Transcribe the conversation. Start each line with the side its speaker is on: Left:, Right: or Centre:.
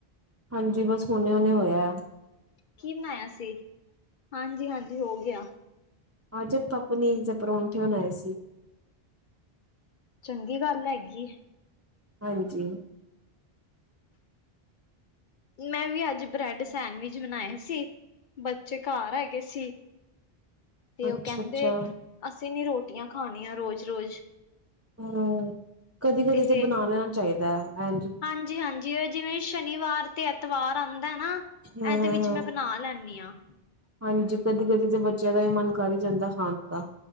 Right: ਹਾਂਜੀ ਬਸ ਹੁਣੇੇ-ਹੁਣੇ ਹੋਇਐ।
Left: ਕੀ ਬਣਾਇਆ ਸੀ ਹਾਂਜੀ-ਹਾਂਜੀ ਹੋ ਗਿਆ।
Right: ਅੱਜ ਆਪਾਂ ਪਨੀਰ ਦੇ ਪਰੌਂਠੇ ਬਣਾਏ ਸੀ।
Left: ਚੰਗੀ ਗੱਲ ਹੈਗੀ।
Right: ਹਾਂਜੀ
Left: ਮੈਂ ਵੀ ਅੱਜ ਬ੍ਰੈਡ ਸੈਂਡਵਿਚ ਬਣਾਏ ਸੀ ਬੱਚੇ ਘਰ ਹੈਗੇ ਸੀ।
Right: <inaudible>
Left: ਤੇ ਓ ਕੈਂਦੇ
Right: ਅੱਛਾ
Left: ਅਸੀਂ ਨੀ ਰੋਟੀਆਂ ਖਾਣੀਆਂ ਰੋਜ਼-ਰੋਜ਼
Right: ਹੂੰ ਕਦੀ-ਕਦੀ
Left: ਤੇ ਫੇਰ
Right: ਜੇ ਬਣਾ ਲੈਣਾ ਚਾਈਦਾ ਐਂਜ
Left: ਹਾਂਜੀ ਹਾਂ। ਜਿਵੇਂ-ਜਿਵੇਂ ਸ਼ਨੀਵਾਰ ਤੇ ਐਤਵਾਰ ਆਂਦਾ ਏ ਨਾ
Right: ਹਾਂ
Left: ਐਦੇ
Right: ਹਾਂ
Left: ਵਿੱਚ
Right: ਹਾਂ
Left: ਮੈਂ ਬਣਾ ਲੈਂਨੀ ਆਂ।
Right: ਹਾਂਜੀ ਕਦੀ-ਕਦੀ ਤਾਂ ਬੱਚਿਆਂ ਦਾ ਵੀ ਮਨ ਕਰ ਈ ਜਾਂਦਾ ਖਾਣ ਦਾ